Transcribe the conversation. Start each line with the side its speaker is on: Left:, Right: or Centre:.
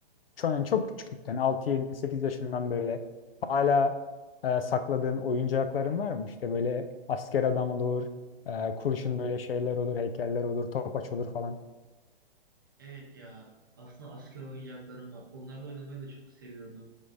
Left: çok, yani çok küçüklükten 6-7-8 yaşından böyle hala e, sakladığın oyuncakların var mı? İşte böyle asker adam olur, e, kurşun böyle şeyler olur, heykeller olur, topaç olur falan.
Right: Evet ya aslında asker oyuncaklarım var. Onlarla oynamayı da çok seviyordum.